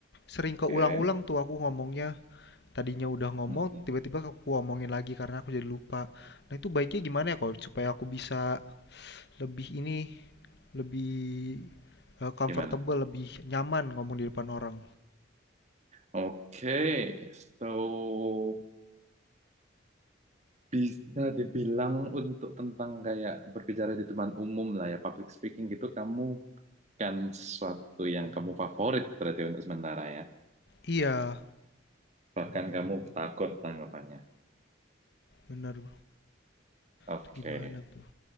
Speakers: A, on the left; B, on the right.
A: sering
B: Oke.
A: keulang-ulang tuh aku ngomongnya. Tadinya udah ngomong,
B: Mm-mm.
A: tiba-tiba aku ngomongin lagi karena aku jadi lupa. Nah, itu baiknya gimana ya kalau supaya aku bisa lebih ini, lebih eh, comfortable,
B: Gimana?
A: lebih nyaman ngomong di depan orang.
B: Oke, So Bisa dibilang untuk tentang kayak berbicara di depan umum lah ya, public speaking gitu, kamu kan sesuatu yang kamu favorit berarti untuk sementara ya.
A: Iya,
B: Bahkan kamu takut tanggapannya.
A: bener.
B: Oke.
A: Itu gimana tuh?